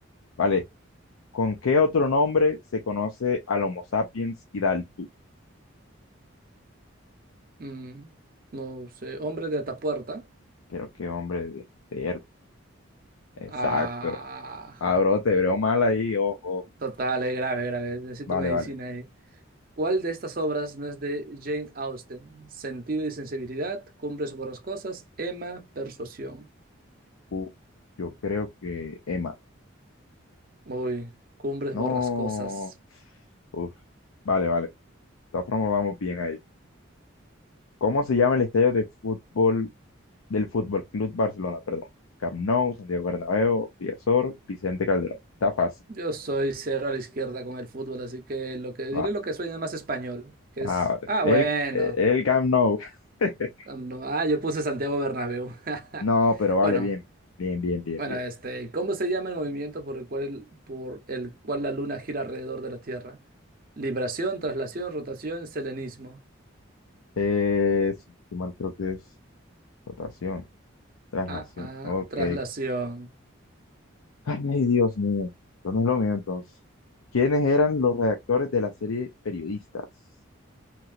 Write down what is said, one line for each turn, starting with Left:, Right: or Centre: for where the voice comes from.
Left: Vale. ¿Con qué otro nombre se conoce al Homo sapiens hidalgo?
Right: Mm, no sé, hombre de Atapuerta.
Left: Creo que hombre de, de Exacto.
Right: Ah,
Left: Ah, bro, te veo mal ahí, ojo.
Right: total, es grave, grave. Necesito
Left: Vale,
Right: medicina
Left: vale.
Right: ahí. ¿Cuál de estas obras no es de Jane Austen? Sentido y sensibilidad, Cumbres borrascosas, Emma, Persuasión.
Left: Uf, yo creo que Emma.
Right: Uy, Cumbres
Left: No.
Right: borrascosas.
Left: Uf, vale, vale. De todas formas, vamos bien ahí. ¿Cómo se llama el estadio de fútbol del Fútbol Club Barcelona? Perdón. Camp Nou, Santiago Bernabéu, Villasor, Vicente Calderón. Está fácil.
Right: Yo soy cero a la izquierda con el fútbol, así que lo que diré
Left: Va.
Right: lo que suena más español, que
Left: Ah,
Right: es,
Left: vale.
Right: ah,
Left: El,
Right: bueno,
Left: el Camp Nou. <laughs>
Right: cuando- ah, yo puse Santiago Bernabéu. <laughs>
Left: No, pero vale,
Right: Bueno,
Left: bien. Bien, bien, bien,
Right: bueno,
Left: bien.
Right: este, ¿cómo se llama el movimiento por el cual el- por el cual la luna gira alrededor de la Tierra? Libración, traslación, rotación, selenismo.
Left: Eh, si no estoy mal creo que es rotación, traslación.
Right: Ah, ah,
Left: Ok.
Right: traslación.
Left: Ay, Dios mío, esto no es lo mío entonces. ¿Quiénes eran los redactores de la serie Periodistas?